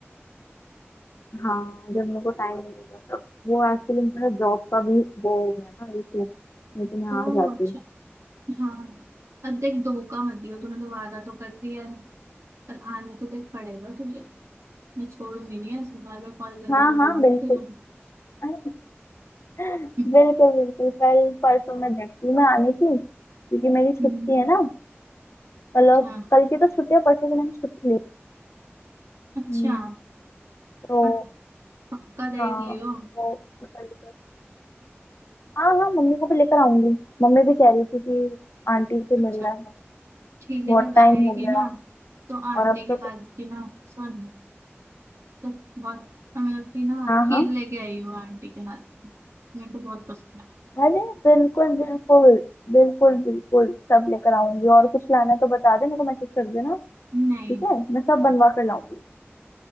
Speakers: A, on the left (about 75°); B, on the right (about 85°).
A: हाँ जब मेरे को टाइम मिलेगा तब वो एक्चुअली मेरा जॉब का भी वो हो रहा है ना इशू नहीं तो मैं
B: ओह
A: आ जाती
B: अच्छा हाँ अब देख धोखा मत दियो तूने तो वादा तो कर दिया है पर आने तो देख पड़ेगा तुझे मैं छोड़ूंगी नहीं ऐसे बार बार कॉल करके
A: हाँ हाँ
B: दिलाऊंगी
A: बिल्कुल
B: तुझे
A: <laughs> अरे बिल्कुल
B: हम्म,
A: बिल्कुल कल परसों मैं देखती हूँ मैं आने की क्योंकि मेरी छुट्टी
B: हम्म,
A: है ना कल
B: अच्छा
A: और कल की तो छुट्टी है परसों की मैंने छुट्टी ली
B: अच्छा
A: हम्म, तो
B: पर पक्का देख
A: हाँ
B: लियो
A: तो कल तक- हाँ हाँ मम्मी को भी लेकर आऊंगी मम्मी भी कह रही थी कि आंटी से
B: अच्छा
A: मिलना है
B: ठीक है
A: बहुत
B: जब
A: टाइम
B: आएगी
A: हो गया
B: ना तो आंटी
A: और अब
B: के
A: तो, तो
B: हाथ की ना सुन तो बहुत मतलब कि ना
A: हाँ
B: खीर
A: हाँ
B: लेके आई हूँ आंटी के हाथ की मेरे को बहुत पसंद है
A: अरे बिल्कुल बिल्कुल बिल्कुल बिल्कुल सब लेकर आऊंगी और कुछ लाना है तो बता दे मेरे को मैसेज कर देना
B: नहीं
A: ठीक है मैं सब बनवा कर लाऊंगी